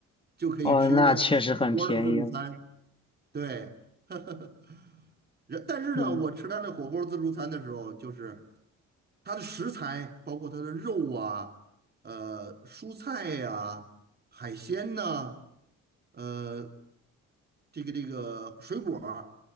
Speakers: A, on the right; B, on the left.
A: 就可以吃一顿火锅儿的自助餐。
B: 哦，那确实很便宜了，
A: 对，<laughs> 然但是呢，
B: 嗯
A: 我吃他的火锅儿自助餐的时候，就是。它的食材包括它的肉啊、呃蔬菜呀、海鲜呐、呃这个这个水果儿